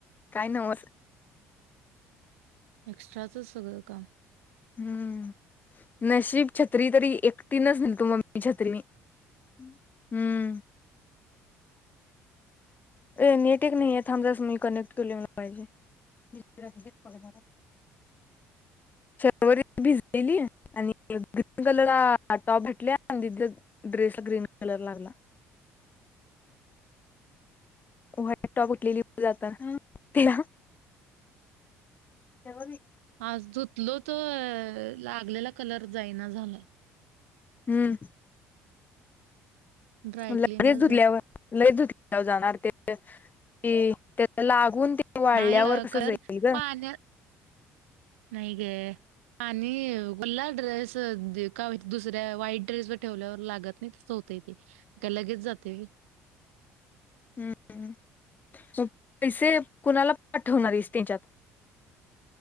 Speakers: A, on the left (about 25°); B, on the right (about 75°).
A: काय नव्हत
B: एक्स्ट्राचं सगळं काम
A: हम्म नशीब छत्री तरी एकटीनच न तू मगी छत्री हम्म अ नेट एक नाही आहे थांबजच मी कनेक्ट केले मला पाहिजे मस्च क शर्वर भिजलेली आणि ग्रीन कलर टॉप भेटले ड्रेस ग्रीन कलरलाला वट टॉप उठलेली जात तिला तेवी
B: आज ुतलो तर लागलेला कलर जाईना झालाय
A: हम्म
B: ड्रायक्लीनलाच
A: म्हच
B: द्यायला
A: ुरल्यावर ल दु जाणार ते की त्या लागून ते वाळल्यावर
B: नाही
A: कसं जाईल ग
B: पाण्या नाही ग पा आणि मल्ला ड्रेस का दुसऱ्या वाईट ड्रेस ब ठेवल्यावर लागत नाही तसं होतय ते काय लगेच जातेी
A: हम्म हम्म पैसे कुणाला पाठवणार आहेस तेंच्यात?